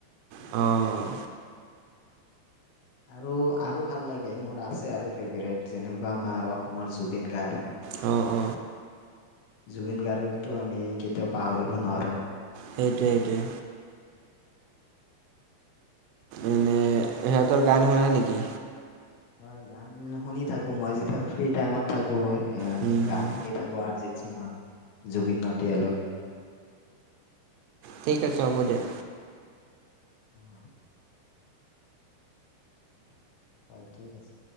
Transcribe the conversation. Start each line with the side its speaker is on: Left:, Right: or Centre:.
Right: অ'।
Left: আৰু, আৰু ভাল লাগে মোৰ আছে আৰু ফেভৰেট, যেনেকুৱা আমাৰ অসমৰ জুবিন গাৰ্গ।
Right: অ', অ'।
Left: জুবিন গাৰ্গকটো আমি কেতিয়াও পাহৰিব নোৱাৰো।
Right: সেইটোৱে এইটোৱে। এনে সিহঁতৰ গান শুনা নেকি?
Left: হয়, গান শুনি থাকোঁ, মই যেতিয়া ফ্ৰী টাইমত থাকোঁ, এ
Right: হুম হুম
Left: গান শুনি থাকোঁ আৰ্জিত সিংৰ, জুবিন নটিয়ালৰ
Right: ঠিক আছে হ'ব দিয়া।
Left: উ <inaudible> হয় ঠিক আছে।